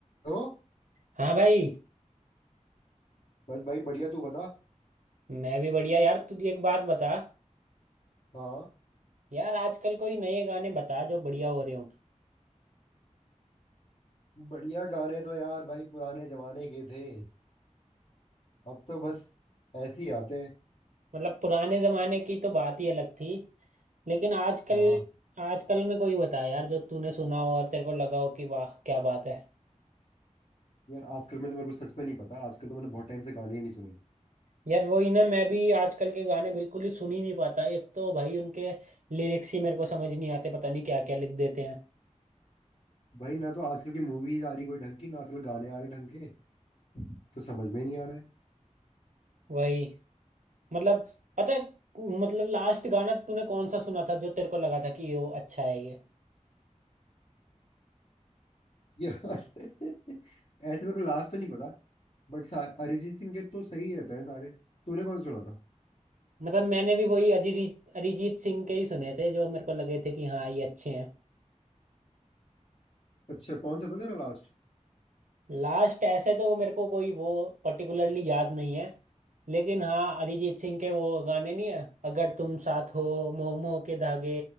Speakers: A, on the left (about 50°); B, on the right (about 75°).
A: हो
B: हाँ भाई
A: बस भाई बढ़िया तू बता
B: मैं भी बढ़िया यार तू एक बात बता
A: हाँ
B: यार आजकल कोई नए गाने बता जो बढ़िया हो रहे हो
A: बढ़िया गाने तो यार भाई पुराने जमाने के थे अब तो बस ऐसे ही आते हैं
B: मतलब पुराने जमाने की तो बात ही अलग थी लेकिन आजकल
A: हाँ
B: आजकल में कोई बता यार जो तूने सुना हो और तेरे को लगा हो कि वाह क्या बात है
A: यार आजकल में तो मेरे को सच में नहीं पता आजकल तो मैंने बहुत टाइम से गाने ही नहीं सुने
B: यार वही ना मैं भी आजकल के गाने बिल्कुल ही सुन ही नहीं पाता एक तो भाई उनके लिरिक्स ही मेरे को समझ नहीं आते पता नहीं क्या क्या लिख देते हैं
A: भाई ना तो आजकल की मूवीज आ रही कोई ढंग की ना आजकल गाने आ रहे ढंग के तो समझ में ही नहीं आ रहा है
B: वही मतलब पता है मतलब लास्ट गाना तूने कौन सा सुना था जो तेरे को लगा था कि ये वो अच्छा है ये
A: यार <laughs> ऐसे मेरे को लास्ट तो नहीं पता बट अरिजीत सिंह के तो सही रहता है सारे तूने कौन सुना था
B: मतलब मैंने भी वही अरिजीत अरिजीत सिंह के ही सुने थे जो मेरे को लगे थे कि हाँ ये अच्छे हैं
A: अच्छा कौन सा था तेरा लास्ट
B: लास्ट ऐसे तो मेरे को कोई वो पर्टिकुलरली याद नहीं है लेकिन हाँ अरिजीत सिंह के वो गाने नहीं है अगर तुम साथ हो मोह मोह के धागे